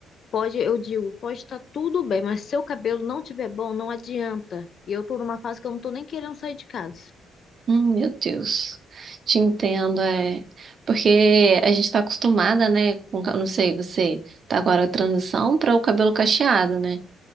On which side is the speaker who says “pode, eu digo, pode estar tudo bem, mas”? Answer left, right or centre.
Left